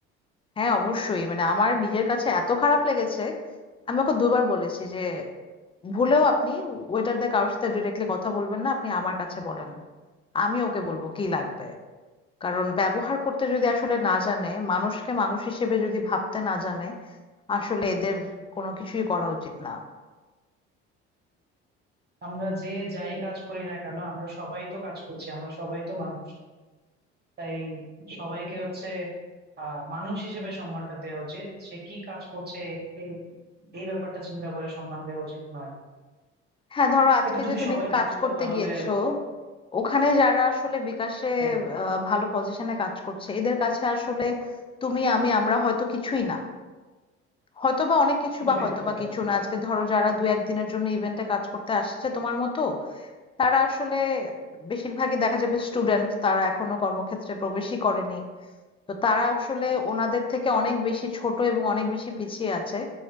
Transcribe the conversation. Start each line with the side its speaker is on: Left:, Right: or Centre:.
Left: হ্যাঁ অবশ্যই মানে আমার নিজের কাছে এত খারাপ লেগেছে আমি ওকে দুবার বলেছি যে ভুলেও আপনি ওয়েটারদের কারোর সাথে ডিরেক্টলি কথা বলবেন না আপনি আমার কাছে বলেন আমি ওকে বলবো কি লাগবে কারণ ব্যবহার করতে যদি আসলে না জানে মানুষকে মানুষ হিসেবে যদি ভাবতে না জানে আসলে এদের কোনো কিছুই করা উচিত না
Right: আমরা যে যাই কাজ করি না কেন আমরা সবাই তো কাজ করছি আমরা সবাই তো মানুষ তাই সবাইকে হচ্ছে আহ মানুষ হিসেবে সম্মানটা দেওয়া উচিত সে কি কাজ করছে এ- এই ব্যাপারটা চিন্তা করে সম্মান দেওয়া উচিত নয়
Left: হ্যাঁ, ধরো আজকে
Right: এটা যদি
Left: যে তুমি
Right: সবাই
Left: কাজ
Right: বুঝতো
Left: করতে
Right: তাহলে
Left: গিয়েছো, ওখানে যারা আসলে বিকাশে
Right: আহ,
Left: আহ, ভালো পজিশনে কাজ করছে, এদের কাছে আসলে তুমি আমি আমরা হয়তো কিছুই না, হয়তোবা অনেক কিছু
Right: কিছুই
Left: বা হয়তোবা
Right: থাকতো
Left: কিছু
Right: না
Left: না। আজকে ধরো যারা দু একদিনের জন্য ইভেন্টে কাজ করতে আসছে তোমার মতো, তারা আসলে বেশিরভাগই দেখা যাবে স্টুডেন্ট, তারা এখনো কর্মক্ষেত্রে প্রবেশই করেনি। তো তারা আসলে ওনাদের থেকে অনেক বেশি ছোট এবং অনেক বেশি পিছিয়ে আছে।